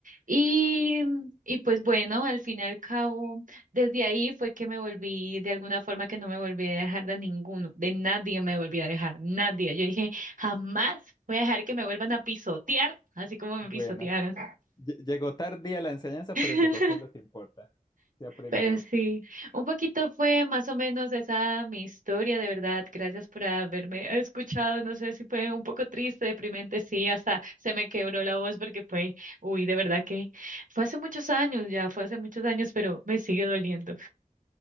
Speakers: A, on the right (about 65°); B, on the left (about 30°).
A: Y, y pues bueno, al fin y al cabo, desde ahí fue que me volví, de alguna forma que no me volví a dejar de ninguno, de nadie me volví a dejar, nadie. Yo dije, jamás voy a dejar que me vuelvan a pisotear, así como me
B: Bueno.
A: pisotearon.
B: Lle- Llegó tardía la enseñanza,
A: <laughs>
B: pero llegó, que es lo que importa. Se aprendió.
A: Pero sí, un poquito fue más o menos esa mi historia, de verdad. Gracias por haberme escuchado. No sé si fue un poco triste, deprimente, sí, hasta se me quebró la voz porque fue, uy, de verdad que fue hace muchos años ya, fue hace muchos años, pero me sigue doliendo.